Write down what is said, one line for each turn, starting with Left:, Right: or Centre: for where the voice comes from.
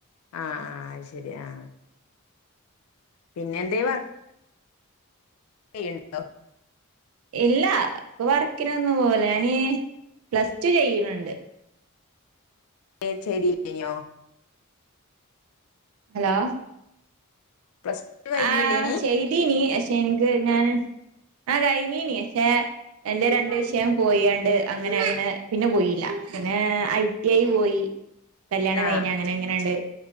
Left: ആ ആ ശരി ആ പിന്നെ എന്ത വർക്ക് ചെയ്യണ്ടോ
Right: ഇല്ല ഇപ്പൊ വർക്കിന് ഒന്നും പോല ഞാന് plus two ചെയ്യണണ്ട്
Left: <unintelligible>
Right: hello
Left: plus two കഴിഞ്ഞല്ലേനി
Right: ആ ചെയ്തീനി പക്ഷെ എനിക്ക് ഞാന് ആ കഴിഞ്ഞീനി പക്ഷെ എറെ രണ്ട് വിഷയം പോയണ്ട് അങ്ങനെ അങ്ങനെ പിന്നെ പോയില്ല പിന്നെ ഐ ടി ഐ പോയി കല്യാണം
Left: ആഹ്
Right: കഴിഞ്ഞ അങ്ങനെ എങ്ങനെണ്ട്